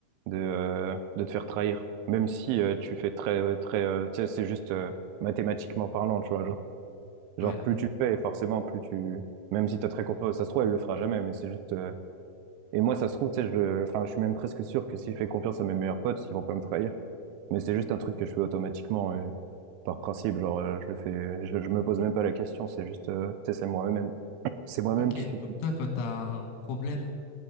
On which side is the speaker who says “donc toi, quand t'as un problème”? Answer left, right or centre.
Left